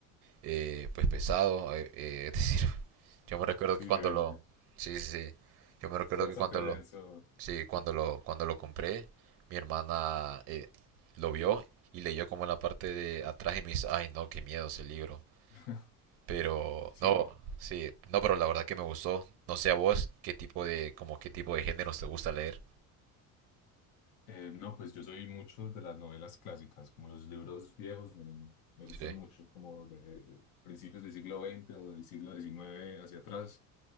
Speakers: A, on the right; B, on the left.
A: eh, pues pesado. eh, <laughs> eh, es decir, <laughs> yo me recuerdo
B: sí,
A: que cuando
B: se ve,
A: lo... Sí, sí, sí. Yo me recuerdo
B: se ve bastante
A: que cuando
B: denso.
A: lo... Sí, cuando lo, cuando lo compré, mi hermana eh, lo vio y leyó como la parte de atrás y me dice, ay no, qué miedo ese libro.
B: <laughs>
A: Pero
B: Sí,
A: no, sí, no, pero la verdad que me gustó. No sé a vos qué tipo de, como qué tipo de géneros te gusta leer.
B: eh, no, pues yo soy mucho de las novelas clásicas, como los libros viejos me, me gustan
A: Sí.
B: mucho, como de principios del siglo veinte o del siglo diecinueve hacia atrás.